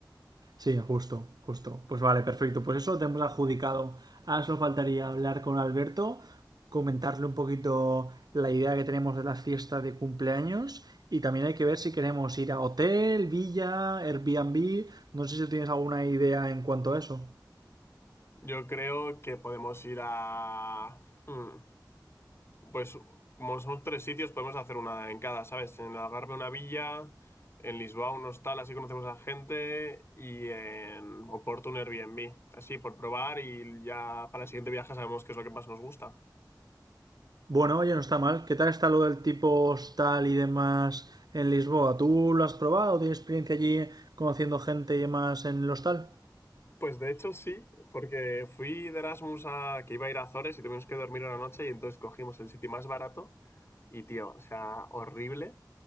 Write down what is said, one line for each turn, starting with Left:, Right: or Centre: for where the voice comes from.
Right: Sí, justo, justo. Pues vale, perfecto. Pues eso lo tenemos adjudicado. Ahora solo faltaría hablar con Alberto, comentarle un poquito la idea que tenemos de las fiestas de cumpleaños y también hay que ver si queremos ir a hotel, villa, Airbnb. No sé si tienes alguna idea en cuanto a eso.
Left: Yo creo que podemos ir a... hmm, Pues como son tres sitios, podemos hacer una en cada, ¿sabes? En Algarve una villa, en Lisboa un hostal, así conocemos a gente, y en Oporto un Airbnb, así por probar y ya para el siguiente viaje sabemos qué es lo que más nos gusta.
Right: Bueno, oye, no está mal. ¿Qué tal está lo del tipo hostal y demás en Lisboa? ¿Tú lo has probado? ¿Tienes experiencia allí conociendo gente y demás en el hostal?
Left: Pues de hecho sí, porque fui de Erasmus a que iba a ir a Azores y tuvimos que dormir una noche y entonces cogimos el sitio más barato y tío, o sea, horrible,